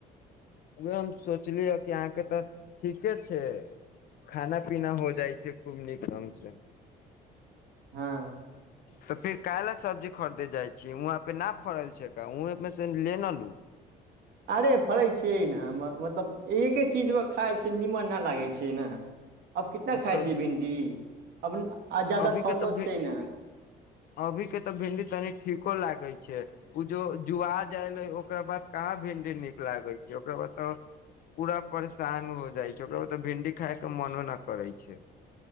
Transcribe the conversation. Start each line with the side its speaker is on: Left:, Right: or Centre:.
Left: उह हम सोचलिय कि अहाँके तऽ ठीके छै खाना पीना हो जाइ छै खूब नीक ढंगग से
Right: हँ
Left: त फिर काएला सब्जी खरीदे जाइ छी वहाँंपे न फड़ल छ्क हुए में से लेने लू
Right: अरे फड़ै छियै ने हम हम मतलब एके चीजव खाइ छिय निमन नहि लागै छै न आप कितना खााय
Left: तऽ
Right: छिय भिंडी अब आ जादा
Left: अभी
Right: फड़लो
Left: के त
Right: छै ने
Left: अभी के त भिडी तनि ठीको लागइ जो जुआ जाइलै ओकरा बाद कहाँ भिंडी नीक लागै छै ओकरा बाद त पूरा परेशान हो जाइ छै ओकरा बाद त भिंडी खायके मनो नहि करै छै